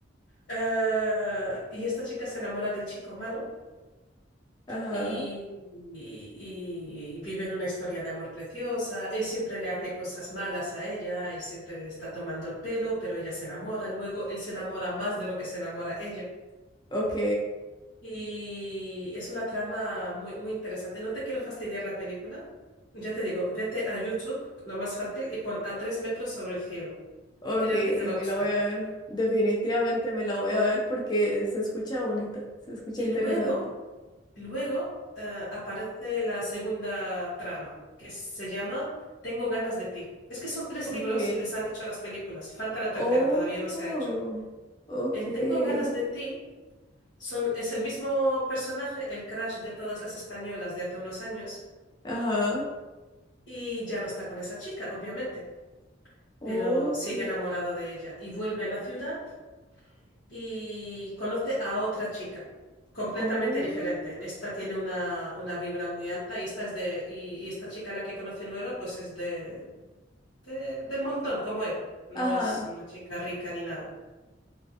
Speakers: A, on the left; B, on the left.
A: Eh, y esta chica se enamora del chico malo
B: Ajá.
A: y, y- y viven una historia de amor preciosa. Él siempre le hace cosas malas a ella y siempre le está tomando el pelo, pero ella se enamora. Luego él se enamora más de lo que se enamora ella.
B: Ok,
A: Y es una trama muy, muy interesante. No te quiero fastidiar la película. Ya te digo, vete a YouTube, lo más fácil, y pon a tres metros sobre el cielo.
B: ok,
A: Y creo que te
B: sí,
A: va
B: me
A: a gustar.
B: la voy a ver. Definitivamente me la voy a ver porque se escucha bonita, se escucha
A: Y
B: interesante.
A: luego, luego eh, aparece la segunda trama, que se llama Tengo ganas de ti. Es que son tres
B: Ok,
A: libros y les han hecho las películas. Falta la tercera,
B: oh,
A: todavía no se ha hecho.
B: ok,
A: En Tengo ganas de ti son, es el mismo personaje, el crush de todas las españolas de hace unos años,
B: ajá,
A: y ya no está con esa chica, obviamente,
B: ok,
A: pero sigue enamorado de ella y vuelve a la ciudad y conoce a otra chica completamente
B: oh,
A: diferente. Esta tiene una, una vibra muy alta y esta es de y, y esta chica a la que conoce nueva pues es de, de- del montón como él. No
B: ajá,
A: es una chica rica ni nada.